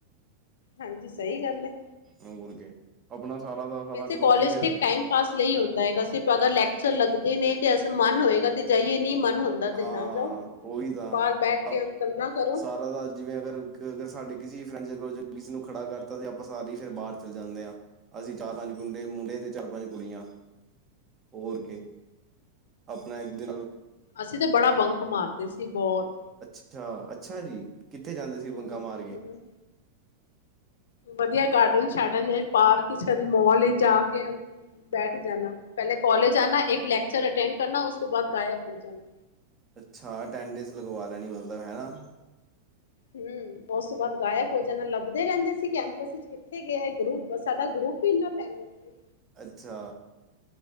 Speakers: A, on the left; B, on the right.
A: ਹਾਂਜੀ, ਸਹੀ ਗੱਲ ਹੈ।
B: ਹੋਰ ਕੇ ਆਪਣਾ ਸਾਰਾ ਦਾ ਸਾਰਾ
A: ਵੈਸੇ
B: ਗਰੁੱਪ
A: ਕਾਲਜ
B: ਹੀ ਫਿਰ
A: ਤੇ ਟਾਈਮ ਪਾਸ ਲਈ ਹੁੰਦਾ ਹੈਗਾ ਅ। ਅਗਰ ਲੈਕਚਰ ਲੱਗਦੇ ਨੇ ਤੇ ਅ ਮਨ ਹੋਏਗਾ ਤੇ ਜਾਈਏ ਨਹੀਂ ਮਨ ਹੁੰਦਾ।
B: ਹਾਂ।
A: ਤੇ ਨਾ ਜਾਓ।
B: ਉਹੀ ਤਾਂ
A: ਬਾਹਰ ਬੈਠ ਕੇ
B: ਅ
A: ਗੱਲਾਂ ਕਰੋ
B: ਸਾਰਾ ਤਾਂ ਜਿਵੇਂ ਅਗਰ ਅਗਰ ਸਾਡੇ ਕਿਸੇ ਫਰੈਂਡ ਜ ਕਿਸੇ ਨੂੰ ਖੜਾ ਕਰਤਾ ਸੀ। ਆਪਾਂ ਸਾਰੇ ਫਿਰ ਬਾਹਰ ਚੱਲ ਜਾਂਦੇ ਹਾਂ। ਅਸੀਂ ਚਾਰ- ਪੰਜ, ਗੰਡੇ ਮੁੰਡੇ ਤੇ ਚਾਰ- ਪੰਜ ਕੁੜੀਆਂ ਹੋਰ ਕੇ ਆਪਣਾ ਇੱਕ ਦਿ
A: ਅਸੀਂ ਤਾਂ ਬੜਾ ਬੰਕ ਮਾਰਦੇ ਸੀ। ਬਹੁਤ
B: ਅੱਛਾ-ਅੱਛਾ ਜੀ, ਕਿੱਥੇ ਜਾਂਦੇ ਸੀ ਬੰਗਾ
A: ਹੂੰ
B: ਮਾਰ ਕੇ।
A: ਹੂੰ ਵਧੀਆ ਗਾਰਡਨ ਸ਼ਾਰਡਨ ਪਾਰਕ ਚ ਕਦੀ ਮੋਲ ਵਿਚ ਜਾ ਕੇ। ਬੈਠ ਜਾਣਾ। ਪਹਿਲੇ ਕਾਲਜ ਆਣਾ, ਇੱਕ ਲੈਕਚਰ ਅਟੈਂਡ ਕਰਨਾ। ਉਸ ਤੋਂ ਬਾਅਦ ਗਾਇਬ ਹੋ ਜਾਣਾ।
B: ਅੱਛਾ, ਅਟੈਨ ਡੇਸ ਲਗਵਾ ਲੈਣੀ ਮਤਲਬ ਹੈਨਾ।
A: ਹਮ, ਉਸ ਤੋਂ ਬਾਅਦ ਗਾਇਕ ਹੋ ਜਾਣਾ ਲੱਭਦੇ ਰਹਿੰਦੇ। ਅਸੀਂ ਕੈਂਪਸ ਵਿੱਚ ਕਿੱਥੇ ਗਏ। ਗਰੁੱਪ, ਸਾਡਾ ਗਰੁਪ ਇੰਨਾ ਫੇਮਸ ਸੀ।
B: ਅੱਛਾ।